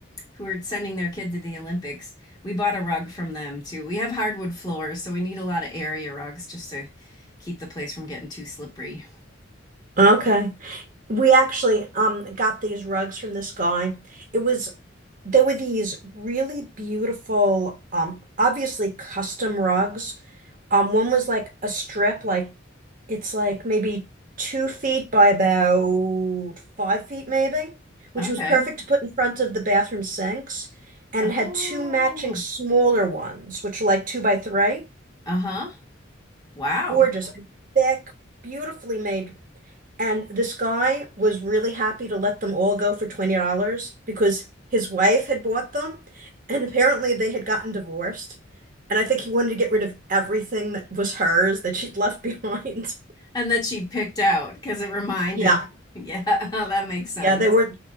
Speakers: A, on the left; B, on the right.
A: who are sending their kid to the Olympics, we bought a rug from them too. We have hardwood floors, so we need a lot of area rugs just to keep the place from getting too slippery.
B: Okay. We actually um got these rugs from this guy. It was they were these really beautiful, um, obviously custom rugs. Um, one was like a strip, like it's like maybe two feet by about five feet, maybe, which
A: Okay.
B: was perfect to put in front of the bathroom sinks. And
A: Oh.
B: it had two matching smaller ones, which were like two by three.
A: Uh-huh. Wow.
B: Gorgeous, and thick, beautifully made and this guy was really happy to let them all go for $20 because his wife had bought them. And apparently they had gotten divorced. And I think he wanted to get rid of everything that was hers that she'd left behind. <laughs>
A: And that she picked out because it reminded.
B: Yeah.
A: Yeah, <laughs> that makes sense.
B: Yeah, they were